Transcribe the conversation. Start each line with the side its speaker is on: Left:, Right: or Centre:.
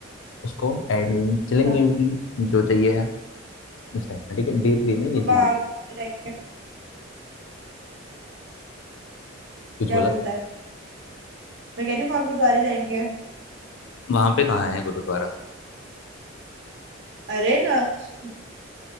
Left: उसको एंड चिलिंग
Right: हाँ
Left: इवनिंग जो चाहिए है इस टाइप का ठीक है डे थ्री में ये चीज
Right: वहां गुरुद्वारे जाएंगे
Left: कुछ
Right: क्या
Left: बोला
Right: बोलता
Left: तो
Right: है मैं कह रही हूँ वहां गुरुद्वारे जाएंगे
Left: वहां पे कहाँ है गुरुद्वारा
Right: अरे ना <laughs>